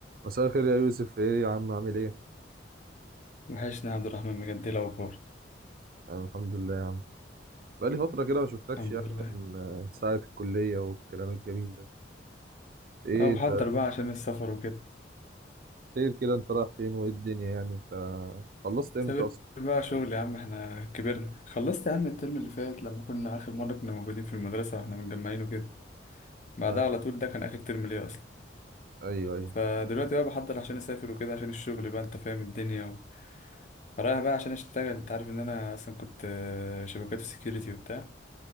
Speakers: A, on the right; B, on the left.
A: مساء الخير يا يوسف ايه يا عم عامل ايه
B: وحشني يا عبد الرحمن بجد لو كور
A: انا الحمد لله يا عم بقالي فترة كده ما شفتكش
B: الحمد
A: يعني
B: لله
A: من آه، ساعة الكلية والكلام الجميل ده ايه
B: أه بحضر
A: انت
B: بقى عشان السفر وكده
A: خير كده انت رايح فين وايه الدنيا يعني انت خلصت امتى
B: سافر
A: اصلا
B: بقى شغل يا عم احنا كبرنا خلصت يا عم الترم اللي فات لما كنا آخر مرة كنا موجودين في المدرسة واحنا متجمعين وكده بعدها
A: آه.
B: على طول ده كان آخر ترم ليا أصلا
A: ايوه ايوه
B: فدلوقتي بقى بحضر عشان أسافر وكده عشان الشغل بقى أنت فاهم الدنيا و... فرايح بقى عشان أشتغل أنت عارف إن أنا أصلا كنت آه، شبكات وسكيورتي وبتاع